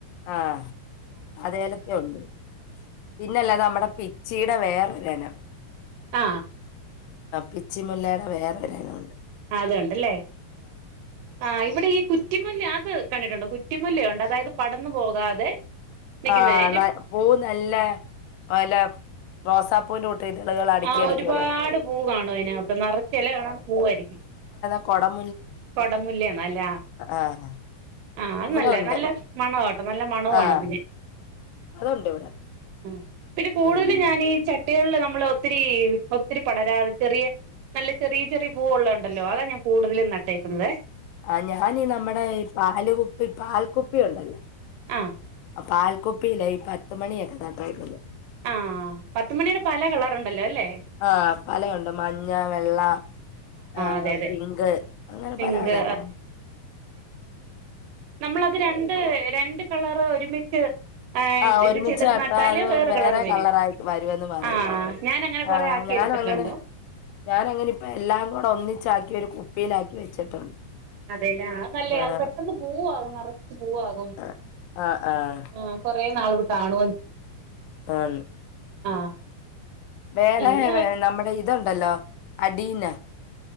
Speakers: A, on the left; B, on the right.
A: അ അതേല ഉണ്ട് പിന്നല്ലാതെ നമ്മുടെ പിച്ചി വേറെ ഒരു ഇനം
B: അ
A: പിച്ച മുല്ലയുടെ വേറെ ഇനം
B: അതുകൊണ്ട് ഇല്ലേ ആ ഇവിടെ ഈ കുറ്റിമുല്ല അത് കണ്ടിട്ടുണ്ടേ കുറ്റി മുല്ലയുണ്ട് അതായത് പടർന്നു പോകാതെ നിൽക്കുന്നേ
A: ആ
B: അതിന്റെ
A: ന പൂ നല്ല പല റോസാപ്പൂവിനെ കൂട്ട് ഇതളുകൾ അടുക്കി
B: ആ
A: അടുക്കി
B: ഒരുപാട്
A: ഉള്ളെ
B: പൂ കാണും അതിനകത്തു നെറച്ച് ഇല കാണും പൂ ആയിരിക്കും
A: കൊടം
B: കുടമുല്ലേ ആണോ എല
A: ആഹ്
B: ആ അത്
A: ഇവിടെ
B: നല്ലത
A: ഉണ്ട്
B: നല്ല മണവും നല്ല മണവും
A: ആഹ്
B: അതിന്
A: അതുണ്ട് ഇവിടെ
B: ഉം പിന്നെ കുടുതലും
A: ഉം
B: ഞാൻ ഈ ചാ ട്ടിയേള് നമ്മള് ഒത്തിരി ഒത്തിരി പടരാറ് ചെറിയ നല്ല ചെറിയ ചെറിയ പൂ ഉള്ളതു ഉണ്ടല്ലോ അതാ ഞാൻ കുടുതലും ന ട്ടേക്കണത്
A: ആ ഞാന് നമ്മടെ പാല് കുപ്പി പാൽകുപ്പി ഉണ്ടല്ലോ
B: ആ
A: പാൽ കുപ്പിയില ഈ പത്തുമണിഒക്കെ നാട്ടേക്കുന്നെ
B: ആ പത്തുമണിയുടെ പല കളറുണ്ടല്ലോ അല്ലേ
A: ആ പലേ ഉണ്ട് മഞ്ഞ വേ ള്ള ആ
B: അതെ അതെ
A: പിങ്ക് അങ്ങനെ
B: പിങ്ക്
A: പല കളർല് ഉം
B: നമ്മള്ളത് രണ്ട് രണ്ട് കളറ് ഒരുമിച്ച് ആഹ്
A: ആ ഒരുമിച്ച്
B: ഇത് ചെയ്തിട്ട്
A: നട്ടാൽ
B: നട്ടാല്
A: അത് വേറെ
B: കളറ് വരും
A: കളർ ആയി വരുമെന്ന് പറയും
B: ആഹ് ഞാൻ അങ്ങനെ കൊറെ
A: ആ
B: ആക്കി
A: ഞാൻ
B: എടുത്തിട്ടുണ്ട്
A: അങ്ങനെ ഞാൻ അങ്ങനെ ഇപ്പ എല്ലാ കുടി ഒന്നിച്ച് ആക്കി ഒരു കു പ്പിലാക്കി വെച്ചിട്ടുണ്ട്
B: അതെലെ ആ നല്ലതാ
A: ആഹ്
B: പെട്ടന്ന് പൂ ആവും നറാ പൂ ആവും
A: ആഹ് ആഹ് ആഹ്
B: ഉം കൊറേ നാള് നി കാണുവേം ചെയ്യും
A: ആന്ന്
B: ആഹ്
A: വേറെ
B: പിന്നെ
A: നമ്മടെ ഇ തുഉണ്ടല്ലോ അടിന